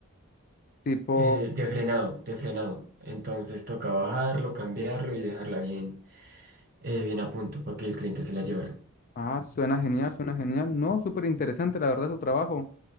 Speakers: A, on the left; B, on the right.
A: Tipo,
B: eh, de frenado, de frenado. Entonces tocaba bajarlo, cambiarlo y dejarla bien, eh, bien a punto para que el cliente se la llevara.
A: ah, suena genial, suena genial. No, súper interesante, la verdad, su trabajo.